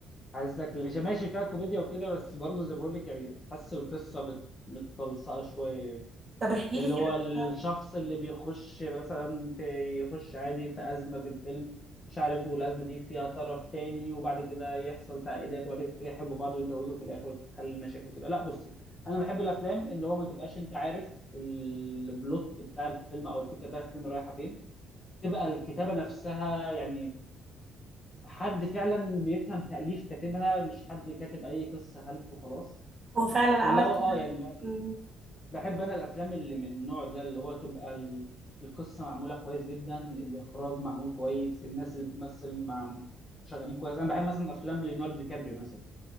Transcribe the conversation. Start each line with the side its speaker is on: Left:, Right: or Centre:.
Left: حاسسها كليشيه ماشي فيها كوميديا وكده بس برضه زي ما بقول لك يعني حاسس القصة مت- متطلسقة شوية
Right: طب احكي
Left: اللي
Right: لي
Left: هو
Right: كده
Left: الشخص اللي بيخش مثلا في يخش عادي في أزمة في الفيلم مش عارف والأزمة دي فيها طرف تاني وبعد كده يحصل تعقيدات وبعد كده يحبوا بعض ويتجوزوا في الآخر وتتحل المشاكل وكده لا بصي أنا بحب الأفلام اللي هو ما تبقاش أنت عارف البلوت بتاع الفيلم أو الفكرة بتاع الفيلم رايحة فين تبقى الكتابة نفسها يعني حد فعلا بيفهم تأليف كاتبها مش حد كاتب أي قصة هلس وخلاص
Right: هو فعلا
Left: اللي
Right: عمل
Left: هو
Right: كده
Left: اه يعني
Right: أمم،
Left: بحب انا الافلام اللي من النوع ده اللي هو تبقى ال- القصه معموله كويس جدا الاخراج معمول كويس الناس اللي بتمثل مع شغالين كويس انا بحب مثلا افلام ليوناردو دي كابريو مثلا